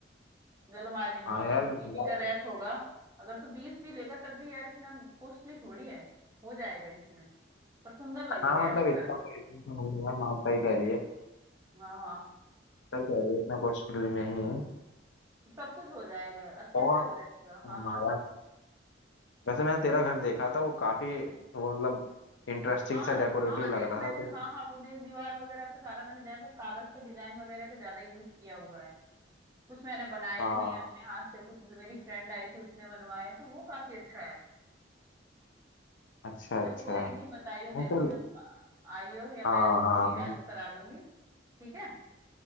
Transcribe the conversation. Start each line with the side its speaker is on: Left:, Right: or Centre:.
Right: जो हमारे जो
Left: हाँ यार
Right: जो टीवी
Left: ज्यादा-
Right: का रैक होगा अगर तू बीस भी लेगा तब भी यार इतना कॉस्टली थोड़ी है हो जाएगा इसमें पर सुंदर लगेगा
Left: हाँ
Right: यार
Left: मतलब
Right: तो
Left: इतना
Right: घर
Left: तो इतना तो नहीं है माँ सही कह रही है
Right: हाँ हाँ
Left: सही कह रही है इतना कॉस्टली नहीं है
Right: सब कुछ हो जाएगा अच्छे
Left: और
Right: से हो जाएगा हाँ
Left: हाँ
Right: हाँ
Left: यार वैसे मैंने तेरा घर देखा था वो काफी वो मतलब इंटरेस्टिंग
Right: हाँ
Left: सा डेकोरेटिव
Right: हाँ देख
Left: लग रहा
Right: मैंने
Left: था तो
Right: हाँ हाँ वो देख दीवार वगैरह पे सारा मैंने ज्यादातर कागज का डिजाइन वगैरह का ज्यादा यूज किया हुआ है कुछ मैंने बनाए
Left: हाँ
Right: भी हैं अपने हाथ से कुछ मेरी फ्रेंड आई थी उसने बनवाए तो वो काफी अच्छा है
Left: अच्छा
Right: चल
Left: अच्छा
Right: कोई नहीं बताइयो
Left: नहीं,
Right: मेरे
Left: चल
Right: को जब आइयो या मैं
Left: हाँ
Right: तेरी
Left: हाँ हम-
Right: हेल्प करा दूंगी ठीक है